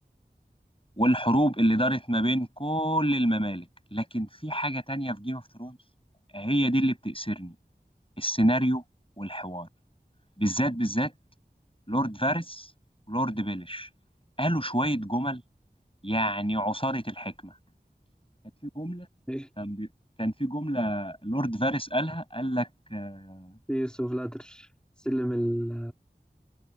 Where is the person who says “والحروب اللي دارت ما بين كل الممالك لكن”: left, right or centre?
Left